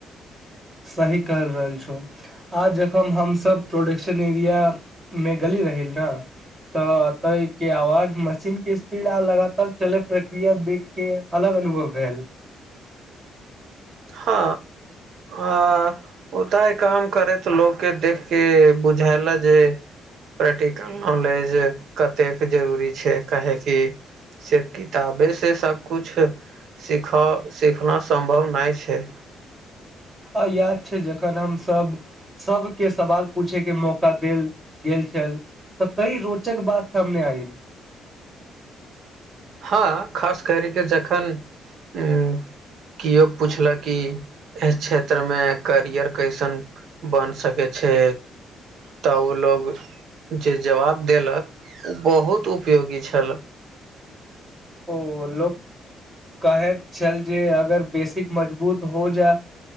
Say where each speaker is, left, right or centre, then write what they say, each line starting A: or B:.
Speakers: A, on the right; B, on the right.
A: सही कहल रहल छौ आज जखन हमसभ प्रोडक्शन एरिया मे गेली रही न तऽ के आवाज मशीन के स्पीड आ लगातार चले प्रक्रिया देख के अलग अनुभव भेल
B: ह आ ओता हैं काम करे तऽ लो के देख के बुझायला ज प्रैक्टिक नॉलेज कतेक जरूरी छै काहे कि सिर्फ किताबे से सभ कुछ सिख सिखना सम्भव नहि छै
A: आ याद छै जखन हमसभ के सवाल पूछे के मौका देल गेल छल तऽ काई रोचक बात सामने आयल
B: ह खास कर के जखन हू केयो पुछलक कऽ एहि क्षेत्र मे करियर कैसन बन सके छै। तऽ ओय लोग जे जवाब देलक ओ बहुत उपयोगी छाल
A: ओ लोक कहैत छल जे अगर बेसिक मजबूत हो जाएत